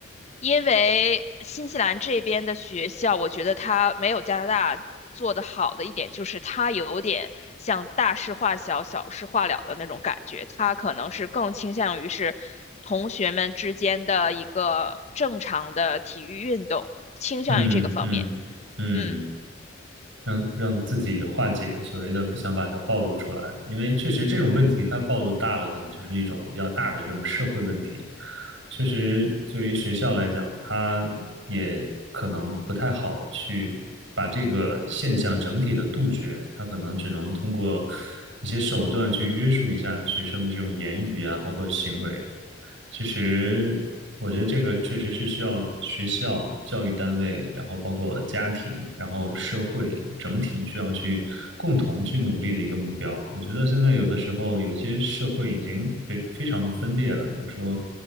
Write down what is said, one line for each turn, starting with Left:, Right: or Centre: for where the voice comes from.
Left: 因为新西兰这边的学校，我觉得它没有加拿大做得好的一点，就是它有点像大事化小、小事化了的那种感觉。它可能是更倾向于是同学们之间的一个正常的体育运动，倾向于这个方面。
Right: 嗯嗯嗯。
Left: 嗯，
Right: 让让自己化解所谓的不想把它暴露出来，因为确实这种问题它暴露大了，可能就是一种比较大的这种社会问题。确实，对于学校来讲，它也可能不太好去把这个现象整体的杜绝，它可能只能通过一些手段去约束一下学生的这种言语啊，包括行为。其实，我觉得这个确实是需要学校、教育单位，然后包括家庭，然后社会整体需要去共同去努力的一个目标。我觉得现在有的时候，有些社会已经非非常的分裂了，比如说